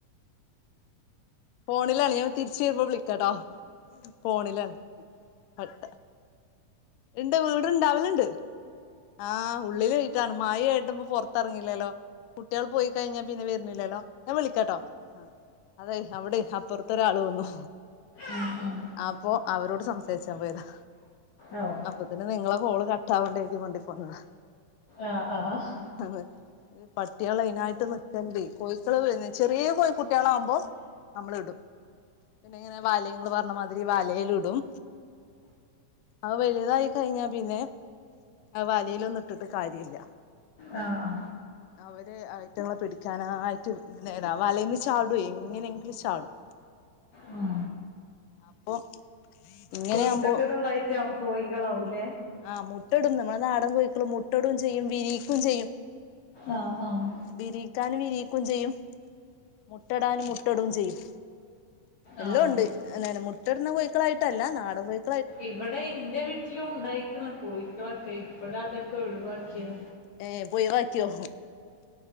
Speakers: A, on the left; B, on the left.
A: ഫോണിലാണ് ഞാൻ തിരിച്ച് വെരുമ്പോ വിളിക്കാട്ടോ ഫോണിലാണ് <unintelligible> ഇണ്ട് വീട്ണ്ടാവലുണ്ട് ആഹ് ഉള്ളിലായിട്ടാണ് മയെ ആയിട്ട് ഇപ്പോ പൊറത്തെറങ്ങില്ലല്ലോ? കുട്ട്യേള് പോയി കയിഞ്ഞാ പിന്നെ വെര്ന്നില്ലല്ലോ ഞാൻ വിളിക്കാട്ടോ ആഹ് അതെയ് അവടെയ് അപ്പൊറത്തൊരാള് വന്നു
B: ഉം ഉം
A: അപ്പൊ അവരോട് സംസാരിച്ചാൻ പോയതാ
B: ഓഹ്
A: അപ്പത്തിന് നിങ്ങളെ കോള് കട്ടാവണ്ട കരുതി മണ്ടി പോന്നതാ
B: ആഹ് ആഹ്
A: അതെ ഈ പട്ടിയാള് അയിനായിട്ട് നിക്കണ്ടെ കോഴിക്കള് <unintelligible> ചെറിയ കോഴി കുട്ട്യാള് ആവുമ്പോ നമ്മള് ഇടും പിന്നെ ഇങ്ങനെ വലെങ്ങള് ഇങ്ങള് പറഞ്ഞ മാതിരി വലേലിടും. അത് വലുതായി കഴഞ്ഞാ പിന്നെ അത് വലയിലൊന്നും ഇട്ടിട്ട് കാര്യല്ല
B: ആഹ് ആഹ്
A: അവര് ഐറ്റങ്ങളെ പിടിക്കാനായിട്ട് നേരാ വലേന്ന് ചാടുവേ എങ്ങനെയെങ്കിലും ചാടും
B: ഉം
A: അപ്പൊ ഇങ്ങനെയാവുമ്പോ
B: കുരുത്തക്കെട് ഇള്ള ഐറ്റം കോഴികളാവൂല്ലേ
A: ആഹ് മുട്ടടും നമ്മളെ നാടൻ കോഴിക്കൾ മുട്ടടും ചെയ്യും വിരിക്കും ചെയ്യും
B: ആഹ് ആഹ്
A: വിരിക്കാൻ വിരിക്കും ചെയ്യും മുട്ടടാൻ മുട്ടടും ചെയ്യും
B: ആഹ്
A: എല്ലോം ഉണ്ട് <unintelligible> മുട്ടട്ന്ന കോഴിക്കളായിട്ടല്ല നാടൻ കോയി
B: ഇവിടെ ഇന്റെ വീട്ടിലു ഉണ്ടായിക്കണ് കോഴിക്കളൊക്കെ ഇപ്പഴാ അതൊക്കെ ഒഴിവാക്കിയെ
A: ഏഹ് ഇപ്പ ഒയിവാക്കിയോ